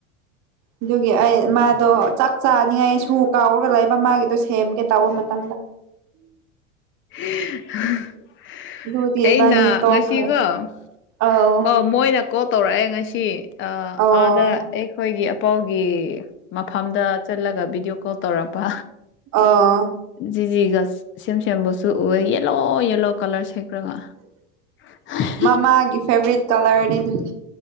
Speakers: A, on the right; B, on the left.
A: ꯑꯗꯨꯒꯤ ꯑꯩ ꯃꯥꯗꯣ ꯆꯥꯛ ꯆꯥꯅꯤꯉꯥꯏ ꯁꯨ ꯀꯥꯎꯔꯒ ꯂꯩꯕ ꯃꯥꯒꯤꯗꯣ ꯁꯦꯝꯒꯦ ꯇꯧꯕ ꯃꯇꯝꯗ
B: <unintelligible>
A: ꯑꯗꯨꯗꯤ
B: ꯑꯩꯅ
A: ꯏꯕꯥꯅꯤ ꯇꯣꯛꯈ꯭ꯔꯦ
B: ꯉꯁꯤꯒ
A: ꯑꯥꯎ
B: ꯑꯣ ꯃꯣꯏꯅ ꯀꯣꯜ ꯇꯧꯔꯛꯑꯦ ꯉꯁꯤ ꯑ
A: ꯑꯣ
B: ꯑꯥꯗ ꯑꯩ ꯑꯩꯈꯣꯏꯒꯤ ꯑꯄꯥꯎꯒꯤ ꯃꯐꯝꯗ ꯆꯠꯂꯒ ꯕꯤꯗꯤꯑꯣ ꯀꯣꯜ ꯇꯧꯔꯛꯄ
A: ꯑꯣ
B: ꯖꯤ ꯖꯤꯒ ꯁꯦꯝ ꯁꯦꯝꯒꯁꯨ ꯎꯏꯑꯦ ꯌꯦꯜꯂꯣ ꯌꯦꯜꯂꯣ ꯀꯂꯔ ꯁꯦꯠ ꯂꯒ <unintelligible>
A: ꯃꯃꯥꯒꯤ ꯐꯦꯕꯣꯔꯥꯏꯠ ꯀꯂꯔꯅꯤ ꯑꯗꯨꯗꯤ